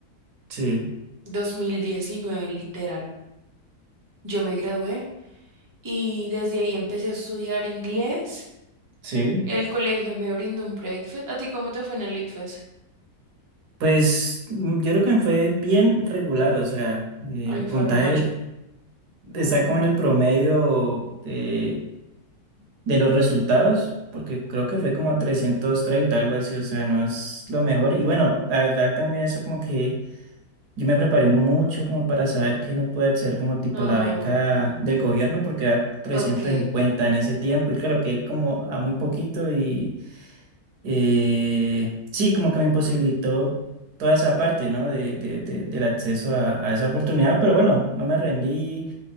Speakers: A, on the right; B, on the right.
A: sí.
B: 2019 literal. Yo me gradué y desde ahí empecé a estudiar inglés.
A: Sí.
B: El colegio me brindó un breakfast. ¿A ti cómo te fue en el ICFES?
A: Pues mm, yo creo que me fue bien regular, o sea, eh,
B: A
A: el
B: mí
A: puntaje
B: fue re mal.
A: está como en el promedio de, de los resultados, porque creo que fue como 330 algo así, o sea, no es lo mejor. Y bueno, la verdad también eso como que yo me preparé mucho como para saber que no puede ser como tipo
B: <laughs> Ay,
A: la beca del gobierno, porque era trescientos
B: Ok.
A: cincuenta en ese tiempo, y claro que como a muy poquito y eh, sí, como que me imposibilitó toda esa parte, ¿no? De, de- de- del acceso a, a esa oportunidad, pero bueno, no me rendí.